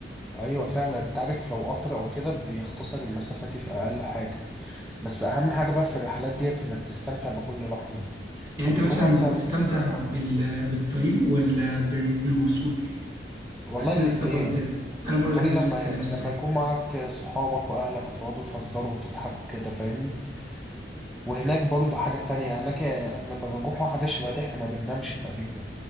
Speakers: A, in the centre; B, on the right.
A: ايوه فعلا انت عارف لو قطر او كده بيختصر المسافة دي في اقل حاجة بس اهم حاجة بقى في الرحلات ديت انك تستمتع بكل لحظة
B: يعني
A: انت
B: انت
A: بتروح
B: مثلا
A: اصلا
B: بتستمتع بال... بالطريق ولا بال- بالوصول
A: والله
B: اثناء
A: الاتنين
B: السفر وكده انا برضك
A: الطريق
B: نفس
A: لما
B: الكلام الصراحه
A: لما يكون معاك صحابك واهلك وتقعدوا تهزروا وتضحكوا كده فاهمني وهناك برضه حاجة تانية هناك احنا لما بنروحوا حاجة شبه دي احنا ما بننامش تقريبا